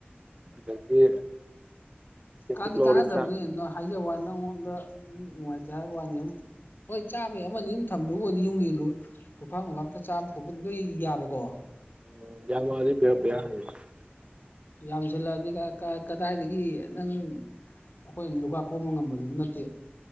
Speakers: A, on the right (about 30°); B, on the left (about 55°).
A: ꯑꯗꯒꯤ ꯆꯦꯡꯀꯨꯞ
B: ꯀꯥꯗꯤ
A: ꯂꯧꯔꯦ
B: ꯀꯥꯟꯅꯗꯕꯅꯦ
A: ꯆꯥꯛ
B: ꯍꯥꯏꯖꯕꯋꯥꯅꯦ ꯅꯪꯉꯣꯟꯗ <unintelligible> ꯅꯨꯡꯉꯥꯏꯇꯦ ꯍꯥꯏꯕ ꯋꯥꯅꯤ <unintelligible> ꯍꯣꯏ ꯆꯥꯕꯩ ꯑꯃꯅꯤ ꯑꯗꯨꯝ ꯊꯝꯕꯕꯨ ꯑꯣꯏꯗꯤ ꯌꯨꯝꯒꯤꯕꯨ ꯂꯨꯈꯥꯛ ꯅꯨꯡꯈꯥꯛꯀ ꯆꯥꯕ ꯈꯣꯠꯄꯗꯤ ꯂꯣꯏ ꯌꯥꯕꯀꯣ
A: <unintelligible>
B: ꯌꯥꯝꯁꯜꯂꯛꯑꯗꯤ ꯀ ꯀ ꯀꯗꯥꯏꯗꯒꯤ ꯅꯪ ꯑꯩꯈꯣꯏꯅ ꯂꯨꯈꯥꯛ ꯈꯣꯝꯕ ꯉꯝꯕꯁꯨ ꯅꯠꯇꯦ